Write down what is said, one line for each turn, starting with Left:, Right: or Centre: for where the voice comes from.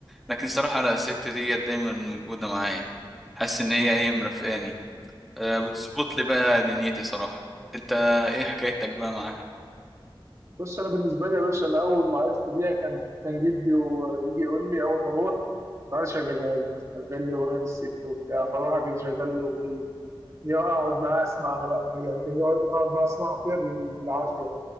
Centre: لكن صراحه انا الست ديت دايما موجوده معايا حاسس ان هي ايه مرافقاني آه، بتظبط لي بقى دنيتي صراحة انت ايه حكايتك بقى معاها
Right: بص انا بالنسبه لي يا باشا انا اول ما عرفت بيها كان كان جدي ويجي يقول لي اول ما اروح تعالى شغلها لي شغل لي اغنيه للست وبتاع فاروح اجيب شغال الاغنيه يا اقعد معاه اسمعها بقى يعني كان يقعد- اقعد معاه اسمعها فيها بال- بالعافيه